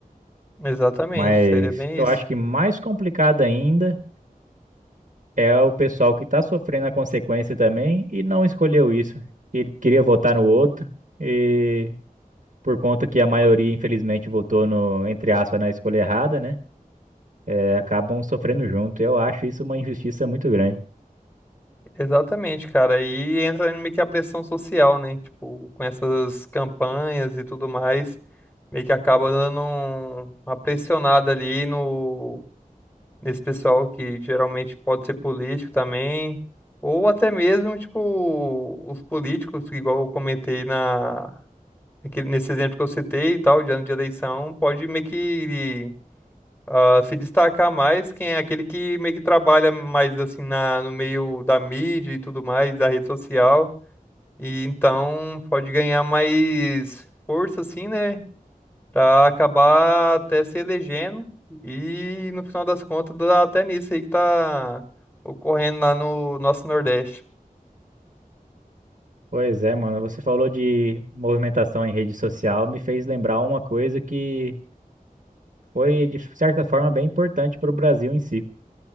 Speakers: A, on the left; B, on the right.
A: Exatamente,
B: Mas
A: seria bem
B: eu
A: isso.
B: acho que mais complicado ainda é o pessoal que está sofrendo a consequência também e não escolheu isso. Ele queria votar no outro e por conta que a maioria, infelizmente, votou no, entre aspas, na escolha errada, né? É, acabam sofrendo junto. Eu acho isso uma injustiça muito grande.
A: Exatamente, cara. Aí entra meio que a pressão social, né? Tipo, com essas campanhas e tudo mais, meio que acaba dando um- uma pressionada ali no nesse pessoal que geralmente pode ser político também, ou até mesmo, tipo, os políticos, igual eu comentei na aquele- nesse exemplo que eu citei e tal, de ano de eleição, pode meio que ah, se destacar mais quem é aquele que meio que trabalha mais assim na, no meio da mídia e tudo mais, da rede social, e então pode ganhar mais força assim, né, pra acabar até se elegendo e no final das contas dá até nisso aí que tá ocorrendo lá no nosso Nordeste.
B: Pois é, mano, você falou de movimentação em rede social, me fez lembrar uma coisa que foi, de certa forma, bem importante para o Brasil em si,